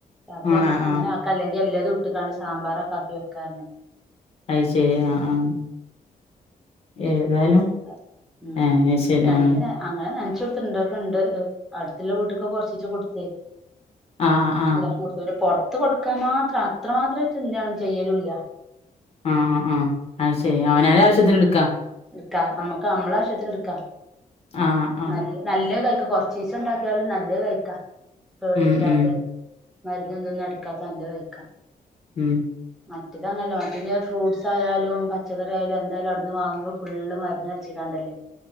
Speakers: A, in the centre; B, on the left (about 45°).
A: രാത്രി
B: ആഹ്
A: നമുക്ക്
B: ആഹ്
A: അങ്ങനെ
B: ആഹ്
A: അല്ലെങ്കിൽ എല്ലാതും ഇട്ടിക്കാണ്ട് സാമ്പാറക്കെ ആക്കി വെക്കാ
B: അയി ശരി ആഹ്‌ ആഹ്‌ ഏതായാലും
A: പറഞ്ഞേക്കാ ഉം
B: ആയി ശരി
A: രണ്ട്
B: ആഹ്‌
A: അങ്ങനെ നനച്ച കൊടുത്തിണ്ടാക്കണ്ട് അടുത്തുള്ള വീട്ടക്കെ കൊറച്ചച് കൊടുത്തേ
B: ആഹ് ആഹ്
A: എല്ലാവർക്കും കൊടുത്ത പുറത്ത് കൊടുക്കാൻ മാത്രം അത്രമാത്ര എന്തണ ചെയ്യലുംല്ല
B: ആഹ്‌ ആഹ്‌ ആഹ്‌ അയി ശരി അവനവന്റെ ആവശ്യത്തിന്
A: ഉം
B: എടുക്കാം
A: എടുക്കാ നമ്മക്ക് നമ്മളാവശ്യത്തിന് എടുക്കാ
B: ആഹ്‌ ആഹ്‌
A: നല്ല നല്ലത് കഴിക്ക കൊറച്ചിസം ഉണ്ടാക്കിയാലും നല്ലത് കഴിക്കാം കേടില്ലാതെ
B: ഉം ഉം
A: മരുന്നും ഇതൊന്നും അടിക്കാത്ത നല്ലത് കഴിക്കാം
B: ഉം
A: മറ്റെത് അങ്ങല്ല. മറ്റെത് <unintelligible> ഫ്രൂട്ട്സ് ആയാലും പച്ചക്കറി ആയാലും എന്തായാലും അവിടുന്ന് വാങ്ങും. ഫുള്ള് മരന്നട്ച് കാണ്ടല്ലെ.